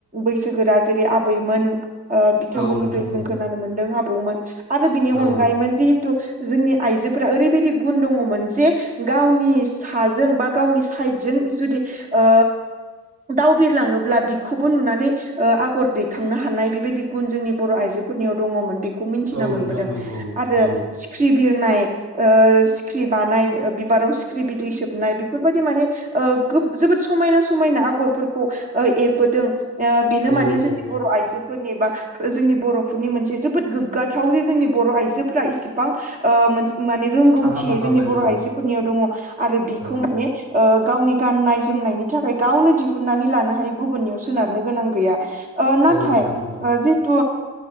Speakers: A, on the right; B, on the right.
A: बैसोगोरा जेरै आबैमोन ओ बिथांमोननिफ्राय
B: औ नोंथां औ
A: जों खोनानो मोनदों आबौमोन आरो बिनि
B: औ
A: अनगायैमोन जिहेतु जोंनि आइजोफोरा ओरैबायदि गुन दङमोन जे गावनि साजों बा गावनि साइडजों जुदि ओ दाव बिरलाङोब्ला बिखौबो नुनानै आगर दैखांनो हानाय बेबायदि गुन जोंनि बर' आइजो फोरनियाव दङमोन बेखौ मिथिना
B: औ
A: मोनबोदों
B: नोंथां औ
A: आरो
B: औ
A: सिख्रि बिरनाय ओ सिख्रि बानाय बिबाराव सिख्रि बिदै सोबनाय बेफोरबायदि माने ओ जोबोद समायना समायना आगरफोरखौ एरबोदों ओ बेनो
B: औ
A: माने जोंनि
B: औ
A: बर' आइजो फोरनि बा जोंनि बर'फोरनि मोनसे जोबोद गोग्गाथाव जे जोंनि बर' आइजोफ्रा इसिबां ओ मोनसे माने रोंगौथि
B: आखा फाखामोन
A: जोंनि बर'
B: औ
A: आइजोफोरनियाव दङ आरो बिखौ
B: औ
A: माने ओ गावनि गाननाय जोमनायनि थाखाय गावनो दिहुननानै लानो हाय गुबुननियाव सोनारनो गोनां गैया ओ नाथाय
B: औ नोंथां औ
A: जिथु